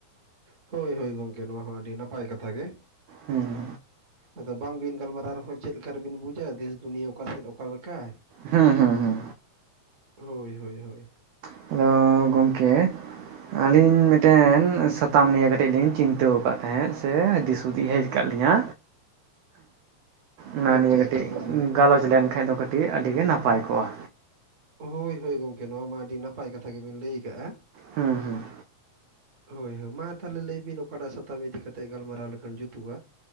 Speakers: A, on the right (about 35°); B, on the right (about 80°).
A: ᱦᱳᱭ ᱦᱳᱭ ᱜᱚᱝᱠᱮ ᱱᱚᱣᱟ ᱦᱚᱸ ᱟᱹᱰᱤ ᱱᱟᱯᱟᱭ ᱠᱟᱛᱷᱟ ᱜᱮ᱾
B: ᱦᱩᱸ ᱻ
A: ᱟᱫᱚ ᱵᱟᱝ ᱵᱤᱱ ᱜᱟᱞᱢᱟᱨᱟᱣ ᱨᱮᱦᱚᱸ ᱪᱮᱫ ᱞᱮᱠᱟ ᱨᱮᱵᱤᱱ ᱵᱩᱡᱟ ᱫᱮᱥ ᱫᱩᱱᱤᱭᱟᱹ ᱚᱠᱟᱥᱮᱫ ᱚᱠᱟᱞ ᱞᱮᱠᱟ
B: ᱦᱩᱸ ᱦᱩᱸ ᱦᱩᱸ
A: ᱦᱳᱭ ᱦᱳᱭ ᱦᱳᱭ
B: <unintelligible> ᱜᱚᱝᱠᱮ ᱟᱹᱞᱤᱧ ᱢᱤᱮᱴᱮᱱ ᱥᱟᱛᱟᱢ ᱱᱤᱭᱮ ᱠᱟᱹᱴᱤᱡ ᱞᱤᱧ ᱪᱤᱱᱛᱟᱹᱣ ᱟᱠᱟᱫ ᱛᱟᱦᱮᱸᱫ ᱥᱮ ᱫᱤᱥᱦᱩᱫᱤ ᱦᱮᱡ ᱠᱟᱜ ᱞᱤᱧᱟ᱾ ᱚᱱᱟ
A: ᱟᱪᱪᱷᱟ
B: ᱱᱤᱭᱮ ᱠᱟᱹᱴᱤᱡ
A: ᱟᱪᱪᱷᱟ ᱚᱱᱟ ᱢᱟ
B: ᱜᱟᱞᱚᱪ ᱞᱮᱱᱠᱟᱱᱡ ᱫᱚ ᱠᱟᱹᱴᱤᱡ ᱟᱹᱰᱤᱜᱮ ᱱᱟᱯᱟᱭ ᱠᱚᱜᱼᱟ᱾
A: ᱦᱳᱭ ᱦᱳᱭ ᱜᱚᱝᱠᱮ ᱱᱚᱣᱟ ᱢᱟ ᱟᱹᱰᱤ ᱱᱟᱯᱟᱭ ᱠᱟᱛᱷᱟ ᱜᱮᱵᱤᱱ ᱞᱟᱹᱭ ᱟᱠᱟᱜᱼᱟ᱾
B: ᱦᱩᱸ ᱦᱩᱸ
A: ᱦᱳᱭ ᱦᱳᱭ ᱢᱟ ᱛᱟᱦᱞᱮ ᱞᱟᱹᱭ ᱵᱤᱱ ᱚᱠᱟᱴᱟᱜ ᱥᱟᱛᱟᱢ ᱤᱫᱤ ᱠᱟᱛᱮ ᱜᱟᱞᱢᱟᱨᱟᱣ ᱞᱮᱠᱷᱟᱱ ᱡᱩᱛᱩᱜᱼᱟ?